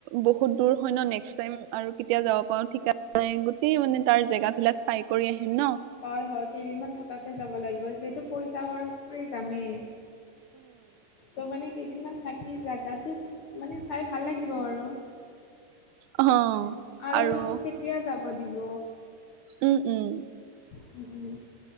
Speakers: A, on the right; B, on the left.
A: বহুত দূৰ হয়। <unintelligible> ন নেক্সট টাইম আৰু কেতিয়া যাব পাৰো ঠিক <unintelligible> গোতেই মানে তাৰ জেগ বিলাক চাই কৰি আহিম ন
B: হয়, হয়। কেইদিনমান থকাকে যাব লাগিব, যিহেতু পইচা খৰচ কৰি যামেই। ত মানে কেইদিনমান থাকি জাগাটোত, মানে চাই ভাল লাগিব আৰু।
A: অ
B: আৰুনো
A: আৰু
B: আমাক কেতিয়া যাব দিব!
A: উম উম
B: হম, হম।